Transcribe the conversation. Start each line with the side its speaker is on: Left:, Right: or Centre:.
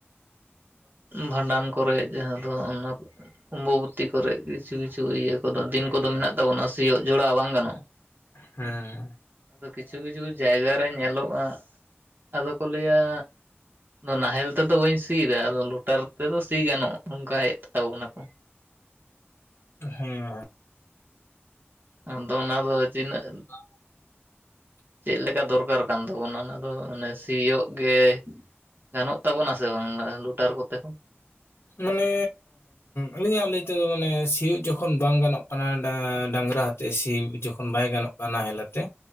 Right: ᱵᱷᱟᱸᱰᱟᱱ ᱠᱚᱨᱮᱫ ᱡᱟᱦᱟᱸ ᱫᱚ ᱚᱱᱟ ᱟᱢᱵᱚᱵᱛᱤ ᱠᱚᱨᱮᱫ ᱠᱤᱪᱷᱩ ᱠᱤᱪᱷᱩ ᱤᱭᱟᱹ ᱠᱚᱫᱚ ᱫᱤᱱ ᱠᱚᱫᱚ ᱢᱮᱱᱟᱜ ᱛᱟᱵᱚᱱᱟ ᱥᱤᱭᱳᱜ ᱡᱚᱲᱟᱣ ᱵᱟᱝ ᱜᱟᱱᱚᱜ
Left: ᱦᱩᱸ
Right: ᱟᱫᱚ ᱠᱤᱪᱷᱩ ᱠᱤᱪᱷᱩ ᱡᱟᱭᱜᱟ ᱨᱮ ᱧᱮᱞᱚᱜ-ᱟ ᱟᱫᱚ ᱠᱚ ᱞᱟᱹᱭᱟ ᱱᱟᱦᱮᱞ ᱛᱮᱫᱚ ᱵᱟᱹᱧ ᱥᱟ ᱟᱫᱚ ᱞᱳᱴᱟᱨ ᱛᱮᱫᱚ ᱥᱤ ᱜᱟᱱᱚᱜ-ᱟ ᱚᱱᱠᱟ ᱦᱮᱡ ᱛᱟᱵᱚᱱᱟ ᱠᱚ
Left: ᱦᱮᱸ
Right: ᱟᱫᱚ ᱚᱱᱟ ᱫᱚ ᱛᱤᱱᱟᱹᱜ
Left: <inaudible>
Right: ᱪᱮᱫᱮ ᱞᱮᱠᱟ ᱫᱚᱨᱠᱟᱨ ᱠᱟᱱ ᱛᱟᱵᱚᱱᱟ ᱚᱱᱟ ᱫᱚ ᱢᱟᱱᱮ ᱥᱤᱭᱚᱜ ᱜᱮ ᱜᱟᱱᱚᱜ ᱛᱟᱵᱚᱱᱟ ᱥᱮ ᱵᱟᱝ ᱞᱩᱴᱟᱨ ᱠᱚᱛᱮ ᱦᱚᱸ
Left: ᱢᱟᱱᱮ ᱟᱹᱞᱤᱧᱟᱜ ᱞᱟᱹᱭᱛᱮᱫᱚ ᱢᱟᱱᱮ ᱥᱤᱭᱳᱜ ᱡᱚᱠᱷᱚᱱ ᱵᱟᱝ ᱜᱟᱱᱚᱜ ᱠᱟᱱᱟ ᱰᱟᱝᱨᱟ ᱟᱛᱮᱫ ᱥᱤᱭ ᱡᱚᱠᱷᱚᱱ ᱵᱟᱭ ᱜᱟᱱᱚᱜ ᱠᱟᱱᱟ ᱱᱟᱦᱮᱞ ᱟᱛᱮ